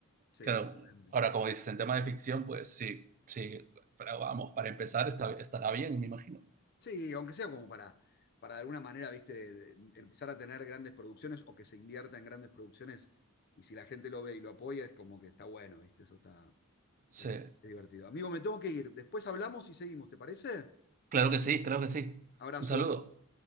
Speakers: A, on the left; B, on the right.
A: Sí,
B: Claro,
A: totalmente.
B: ahora, como dices, en tema de ficción, pues sí, sí, pero vamos, para empezar está, estará bien, me imagino.
A: Sí, aunque sea como para, para de alguna manera, viste, de- de em, empezar a tener grandes producciones o que se invierta en grandes producciones y si la gente lo ve y lo apoya es como que está bueno, viste, eso está es
B: Sí,
A: divertido. Amigo, me tengo que ir. Después hablamos y seguimos, ¿te parece?
B: claro que sí, claro que sí.
A: Abrazo.
B: Un saludo.